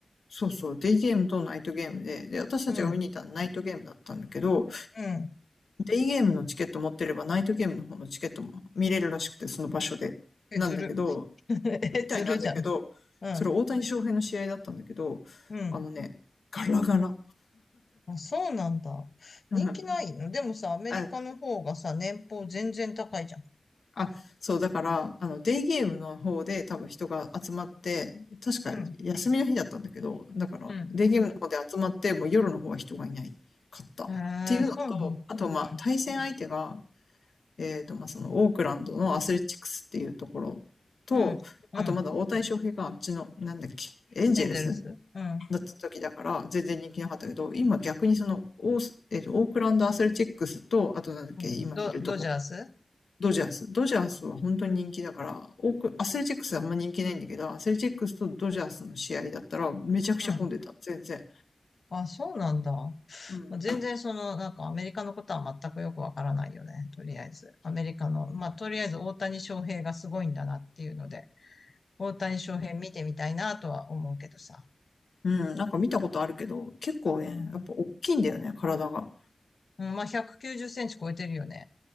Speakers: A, on the left; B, on the left.
A: そうそう、デイゲームとナイトゲームで、で、私たちが見に行ったのはナイトゲームだったんだけど、
B: うん。うん。
A: デイゲームのチケット持ってれば、ナイトゲームの方のチケットも見れるらしくて、その場所で。
B: え、
A: なんだけど、
B: ずる。<laughs> え、
A: みたいなんだけど、
B: ずるじゃん。うん。
A: それ大谷翔平の試合だったんだけど、
B: うん。
A: あのね、ガラガラ。
B: あ、そうなんだ。
A: うん
B: 人気ないのでもさ、アメリカの方がさ、
A: <laughs>
B: 年俸全然高いじゃん。
A: あ、あ、そう、だから、あの、デイゲームの方で多分人が集まって、確か休みの日だったんだけど、
B: うん。
A: だから、
B: うん。
A: デイゲームの方で集まって、もう夜の方は人がいないかった。っていうのと、
B: えー、そうなの。
A: あと、まあ、
B: うん。
A: 対戦相手が、えっと、まあ、その、オークランドのアスレチックスっていうところと、
B: うん。うん。
A: あとまだ大谷翔平があっちの、なんだっけ、エンジェルス
B: エンゼルスうん。
A: だった時だから、全然人気なかったけど、今逆にその、オーえーと、オークランドアスレチックスと、あとなんだっけ、
B: うんド、
A: 今いるとこ、
B: ドジャース
A: ドジャース。ドジャースは本当に人気だから、オーク、アスレチックスはあんま人気ないんだけど、アスレチックスとドジャースの試合だったら、めちゃくちゃ混んでた、
B: うん。
A: 全然。
B: あ、そうなんだ。
A: うん。
B: まあ、全然その、なんかアメリカのことは全くよくわからないよね。とりあえず。アメリカの、まあ、とりあえず大谷翔平がすごいんだなっていうので、大谷翔平見てみたいなとは思うけどさ。
A: うん、なんか見たことあるけど、結構ね、
B: うん。
A: やっぱ大きいんだよね、体が。
B: うん、まあ、190センチ超えてるよね。